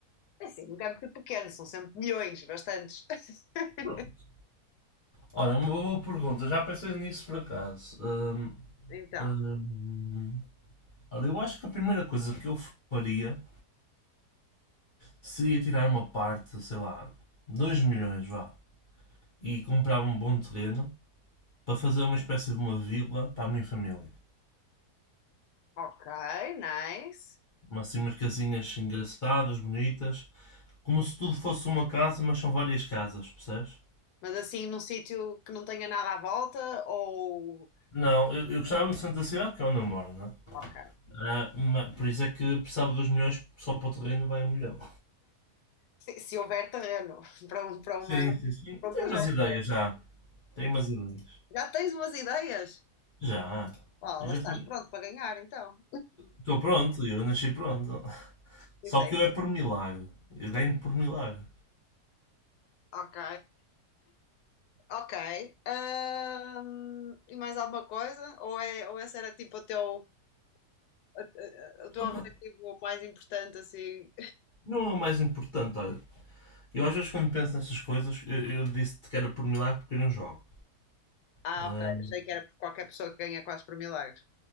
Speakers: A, on the left; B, on the left.
A: É assim, nunca é muito pequeno, são sempre milhões, bastantes. <laughs>
B: Pronto. Olha, uma boa pergunta. Já pensei nisso por acaso. Hum,
A: Então,
B: hum, olha, eu acho que a primeira coisa que eu faria seria tirar uma parte, sei lá, 2 milhões, vá, e comprar um bom terreno para fazer uma espécie de uma vila para a minha família.
A: ok, nice.
B: Umas, assim, umas casinhas engraçadas, bonitas, Como se tudo fosse uma casa, mas são várias casas, percebes?
A: Mas assim, num sítio que não tenha nada à volta ou.
B: Não, eu, eu gostava no centro da cidade porque é onde eu moro, não é?
A: Ok.
B: Ah, ma- por isso é que precisava dos milhões, só para o terreno vai um milhão.
A: Se, se houver terreno <laughs> para um, para uma,
B: Sim, sim, sim.
A: para
B: Eu tenho
A: um projeto.
B: umas ideias já. Tenho umas ideias.
A: Já tens umas ideias?
B: Já.
A: Ó,
B: Eu
A: lá
B: já
A: estás
B: sei.
A: pronto para ganhar, então.
B: Estou pronto, eu nasci pronto.
A: Pensei,
B: Só que eu é por milagre. Eu ganho por milagre.
A: ok, ok. Ahm, e mais alguma coisa? Ou, é, ou esse era tipo o teu, eh, o teu
B: Opa,
A: objetivo mais importante, assim?
B: não é o mais importante, olha. Eu às vezes quando penso nessas coisas, eu, eu disse-te que era por milagre porque eu não jogo.
A: Ah,
B: Ah,
A: ok, achei que era por qualquer pessoa que ganha quase por milagres.